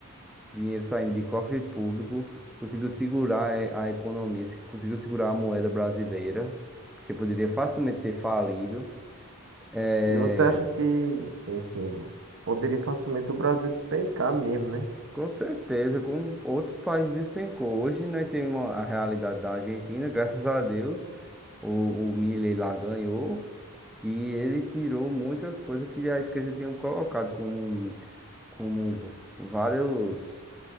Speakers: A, in the centre; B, on the right (about 55°).
A: dinheiro saindo de cofre público, conseguiu segurar eh, a economia, se- conseguiu segurar a moeda brasileira, porque poderia facilmente ter falido. Eh,
B: E você acha que, sim, sim, poderia facilmente o Brasil despencar mesmo, né?
A: com certeza, como outros países despencou. Hoje nós temos uma- a realidade da Argentina, graças a Deus, o, o Milei lá ganhou e ele tirou muitas coisas que a esquerda tinha colocado como, como vários.